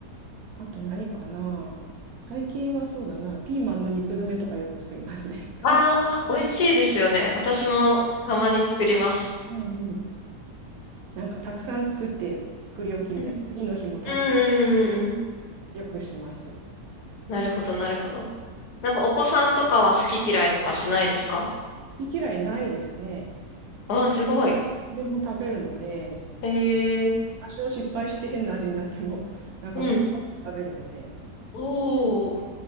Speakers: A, on the right; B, on the left.
A: う。あと何かな。最近はそうだな。ピーマンの肉詰めとかよく作りますね。
B: ああ、美味しいですよね。私もたまに作ります。
A: <laughs> うんうん。なんかたくさん作って作り置きみたいな。
B: うん、
A: 次の日も食べ、
B: うん、うん、うん。うん
A: よくします。好
B: なるほど、なるほど。なんかお子さんとかは好き嫌いとかしないですか
A: き嫌いないですね。
B: ああー、すごい。
A: でも食べるので。
B: ええ
A: 多少失敗して変な味になっても、なんかバクバク食べるので、
B: うん。おー、